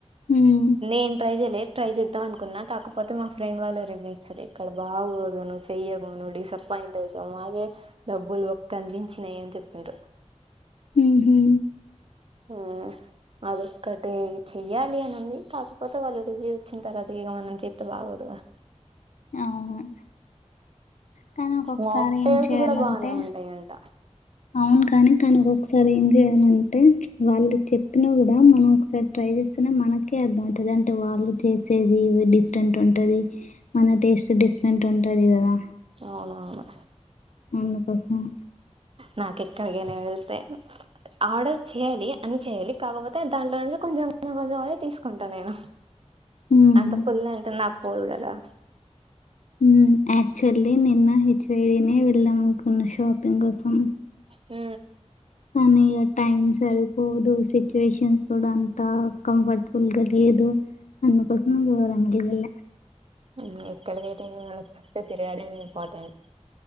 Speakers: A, on the left; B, on the right.
A: హ్మ్
B: నేను ట్రై చేయలే ట్రై చేద్దాం అనుకున్నా కాకపోతే మా ఫ్రెండ్ వాళ్ళు రివ్యూ ఇచ్చారు ఇక్కడ బాగోదు నువ్వు చెయ్యవు నువ్ డిసప్పయింట్ పాయింట్ చెస్ మాదే డబ్బులు బొక్క అనిపించినయి అని చెప్పారు
A: ఉహు
B: ఆ అదొక్కటి చెయ్యాలి అనింది కాకపోతే వాళ్ళు రివ్యూ వచ్చిన తర్వాత ఇగ మనం చేస్త బాగోదు ఆ
A: అవును కానీ ఒకొకసారి
B: మాక్టైల్స్
A: ఏం చేయాలంటే
B: కూడా బానే ఉంటాయంట
A: అవును కాని కానీ ఒకసారి ఏం చేయాలంటే వాళ్ళు చెప్పినా కూడా మనం ఒకసారి ట్రై ఎద్చేస్కున్న మనకే అర్ధమవుతాది అంటే వాళ్ళు చేసేది డిఫరెంట్ ఉంటది మన టేస్ట్ సో డిఫరెంట్ ఉంటుంది కదా
B: అవునవును
A: అందుకోసమే
B: నాకు ఎక్కడిగానా వెళ్తే ఆర్డర్ చేయ్యాలి అన్ని చెయాలి కాకపోతే దాంట్లో నుంచి కొంచెం కొం కొంచెం తీసుకుంటాను నేను
A: హ్మ్
B: అంత ఫుల్ అంటే నాకు పోదు కదా
A: ఉమ్ యాక్చువల్లీ నిన్న హెవైడినే వెళ్దాకున్న షాపింగ్ కోసం
B: ఆ
A: కానీ ఇగ టైమ్ సరిపోదు సిచ్యువేషన్స్ కూడా అంత కంఫర్టబుల్గా లేదు అన్నకోసమే యూవరన్ వెళ్ళేలా
B: ఉమ్ ఎక్కడికైతే ఏంది మనకి ఫస్ట్ తిరుగాడం ఇంపార్టెంట్